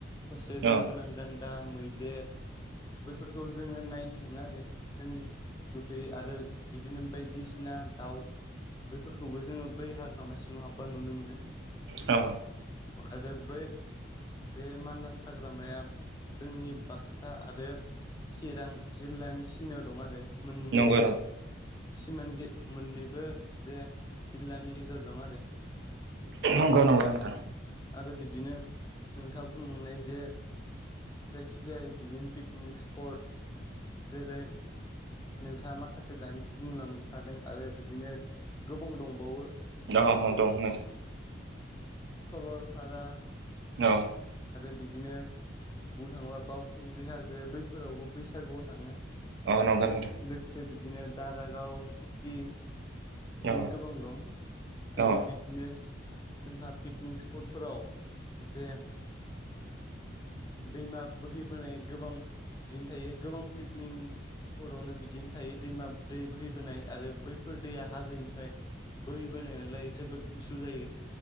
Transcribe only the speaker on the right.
औ
औ।
नंगौ
नंगौ नंगौ नोंथां
<unintelligible>
औ
अ नंगौ नोंथां।
औ
औ
<inaudible>